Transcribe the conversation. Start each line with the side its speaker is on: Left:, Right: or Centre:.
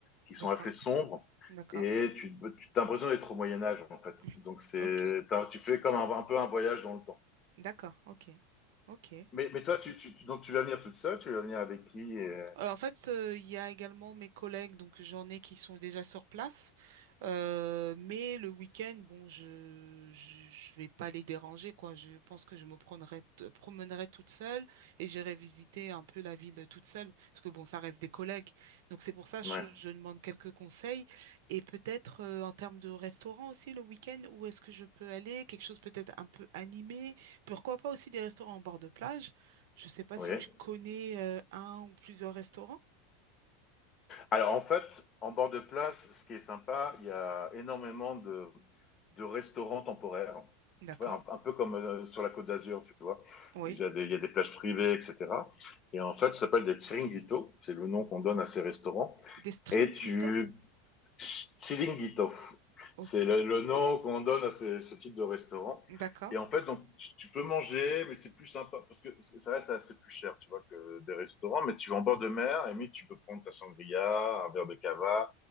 Left: qui sont
Right: D'accord.
Left: assez sombres,
Right: D'accord.
Left: et tu tu- t'as l'impression d'être au Moyen Âge, en fait.
Right: <laughs>
Left: Donc c'est
Right: Ok.
Left: t'as- tu fais comme un, un peu un voyage dans le temps.
Right: D'accord. Ok. Ok.
Left: Mais mais toi, tu tu tu- donc tu vas venir toute seule, tu vas venir avec qui et-
Right: Euh, en fait, euh, il y a également mes collègues, donc j'en ai qui sont déjà sur place. Euh, mais le week-end, bon, je, je je vais pas les déranger, quoi. Je pense que je me prendrai- t- promènerai toute seule et j'irai visiter un peu la ville toute seule, parce que bon, ça reste des collègues. Donc c'est pour ça que
Left: Ouais,
Right: je, je demande quelques conseils et peut-être euh, en termes de restaurant aussi le week-end, où est-ce que je peux aller? Quelque chose peut-être un peu animé. Pourquoi pas aussi des restaurants en bord de plage? Je ne sais pas
Left: oui.
Right: si tu connais euh, un ou plusieurs restaurants.
Left: Alors en fait, en bord de plage, ce qui est sympa, il y a énormément de, de restaurants temporaires.
Right: D'accord.
Left: Tu vois, un, un peu comme euh, sur la Côte d'Azur, tu vois.
Right: Oui.
Left: Il y a des, il y a des plages privées, etc. Et en fait, ça s'appelle des chiringuitos. C'est le nom qu'on donne à ces restaurants.
Right: Des stringhito?
Left: Et tu... Chiringuito.
Right: Ok.
Left: C'est le, le nom qu'on donne à ces- ce type de restaurant.
Right: D'accord.
Left: Et en fait, donc, tu, tu peux manger, mais c'est plus sympa parce que c- ça reste assez plus cher, tu vois, que des restaurants. Mais tu vas en bord de mer, et limite, tu peux prendre ta sangria, un verre de cava,